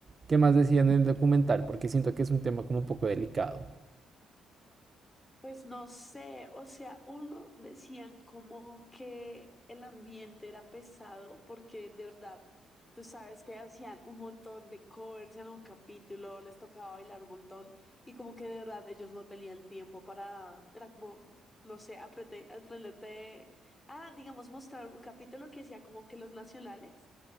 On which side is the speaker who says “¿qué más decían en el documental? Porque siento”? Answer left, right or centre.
Right